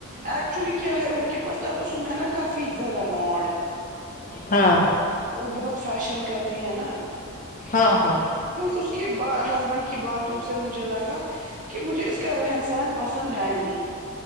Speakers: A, on the right (about 35°); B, on the left (about 35°).
A: ایکچولی کیا ہے ان کے پاس تبسم ہے نا کافی زیادہ ما ڈ
B: ہاں
A: وہ بہت فیشن کرتی ہے نا
B: ہاں ہاں
A: اس کی ہسبینڈ کی باتوں سے مجھے لگا کہ مجھے اس کا رہن سہن پسند ہے نہیں